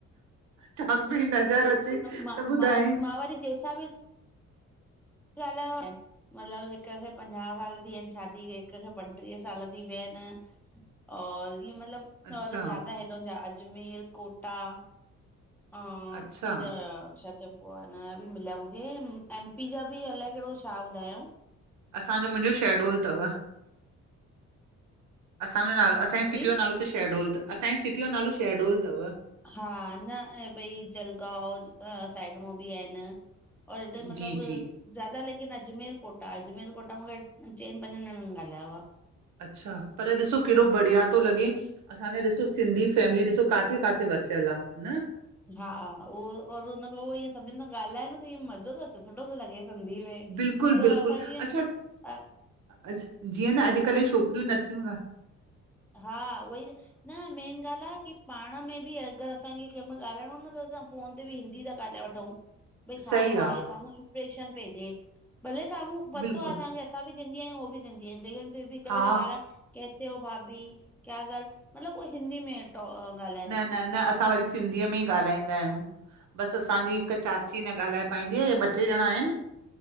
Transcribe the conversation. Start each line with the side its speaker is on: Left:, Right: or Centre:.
Right: चवांसि पई नज़र अचे
Centre: मां
Right: त ॿुधाए
Centre: मां मां वरी जें सा बि ॻाल्हायो आहे। मतलबु हिक खे पंजाहु साल थी विया आहिनि शादीअ खे, हिक खे पंटीह साल थी विया आहिनि और इहे मतलब
Right: अच्छा
Centre: और ज्यादा हेॾो ज अजमेर, कोटा ह
Right: अच्छा
Centre: हे छाच <inaudible> हुनजा बि मिलिया मूंखे, एमपी जा बि अलाए कहिड़ो छा ॿुधायउ
Right: असांजो मुंहिंजो शैहडोल तव, असांजो नालो असांजी सिटी
Centre: जी
Right: जो नालो शहडोल <unintelligible> असांजी सिटीअ जो नालो शहडोल तव।
Centre: हा न अ भई जलगांव साइड मां बि आहिनि। और इदे मतिलबु
Right: जी जी।
Centre: ज्यादा लेकिन अजमेर कोटा अजमेर कोटा मूंखे चइनि पंजनि ॼणनि ॻाल्हायो आ।
Right: अच्छा पर ॾिसो केॾो बढ़िया तो लॻे असांजा ॾिसो सिंधी फैमिली ॾिसो काथे काथे वसियल आ न
Centre: हा उहो और हुनन खां पो ईअ सभिनि सां ॻाल्हाए न त इअ मज़ो तो अचे सुठो तो लॻे। सिंधी में
Right: बिल्कुलु
Centre: मतिलब
Right: बिल्कुलु
Centre: असां क आहे
Right: अच्छा
Centre: <unintelligible>
Right: अज जीअं न अॼुकल्ह छोकिरियूं नथियूं ॻालाएन
Centre: हा उहई ना मेन ॻाल्हि आ की पाण में बि अगरि असांखे कैंहमल ॻाल्हाइणो न त असां फोन ते बि हिंदी ता ॻाल्हाए वठंयू भई
Right: सही
Centre: साम्हूं हाणे
Right: आ
Centre: साम्हूं प्रेशन पीजी भले साम्हूं पतो
Right: बिल्कुलु
Centre: आ असांखे असां बि सिंधी आहियूं उह बि सिंधी ऐन लेकिन फिर बि कभी
Right: हा
Centre: त गाला कैसे हो भाभी क्या कर मतिलब उ हिंदी में टो गाला
Right: न न न असां वरी सिंधीअ में ई ॻाल्हाईंदा अयूं बसि असांजी हिकु चाची न ॻाल्हाए पाईंदी आहे हे ॿ ट्रे ॼणां आहिनि